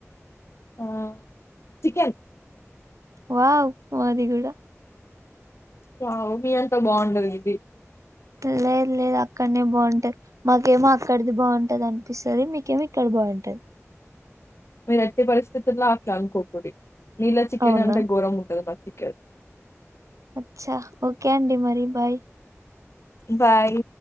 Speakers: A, on the left; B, on the right.
A: ఆ చికెన్
B: వావ్ మాదిగుడా
A: రావు మీ అంతా బాగుంటదు ఇది
B: లేదు లేదు అక్కడనే బాగుంట మాకేమో అక్కడిది బాగుంటది అనిపిస్తది మీకేమో ఇక్కడ బాగుంట
A: మీరు ఎట్టి పరిస్థితుల్లో అట్లానుకోకురి నీళ్ల చికెన్
B: అవునా
A: అంటే గోరంగుంటది <unintelligible> కె
B: అచ్చా ఓకే అండి మరి బాయ్
A: బాయ్